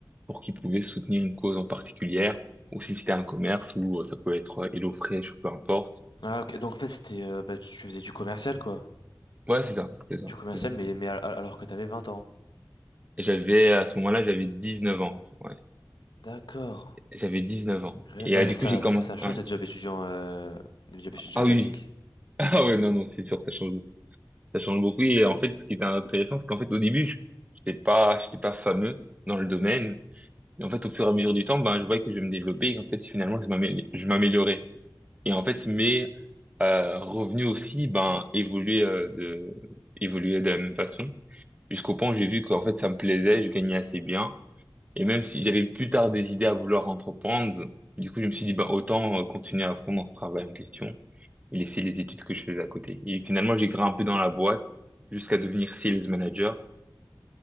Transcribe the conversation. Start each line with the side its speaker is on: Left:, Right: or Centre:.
Right: pour qu'ils pouvaient soutenir une cause en particulière, ou si c'était un commerce, ou euh, ça pouvait être euh, HelloFresh, ou peu importe.
Left: Ah, ok. Donc, en fait, c'était, euh, bah, tu tu faisais du commercial, quoi.
Right: Ouais, c'est ça, c'est ça,
Left: Du commercial,
Right: c'est ça.
Left: mais, mais al- al- alors que t'avais 20 ans.
Right: Et j'avais, à ce moment-là, j'avais 19 ans. Ouais.
Left: D'accord.
Right: J'avais 19 ans.
Left: Ouais,
Right: Et
Left: bah
Right: euh,
Left: ça,
Right: du coup, j'ai commencé...
Left: ça change
Right: ouais.
Left: des jobs étudiants, euh, des jobs étudiants
Right: Ah
Left: basiques.
Right: oui. <laughs> Ah ouais, non, non, c'est sûr, ça change beaucoup. Ça change beaucoup. Et en fait, ce qui était intéressant, c'est qu'en fait, au début, je n'étais pas, j'étais pas fameux dans le domaine. Et en fait, au fur et à mesure du temps, ben, je voyais que je me développais. Et en fait, finalement, je m'amé- je m'améliorais. Et en fait, mes euh, revenus aussi, ben, évoluaient, euh, de... évoluaient de la même façon. Jusqu'au point où j'ai vu qu'en fait, ça me plaisait, je gagnais assez bien. Et même si j'avais plus tard des idées à vouloir entreprendre, du coup, je me suis dit, bah, autant euh, continuer à fond dans ce travail en question et laisser les études que je faisais à côté. Et finalement, j'ai grimpé dans la boîte jusqu'à devenir sales manager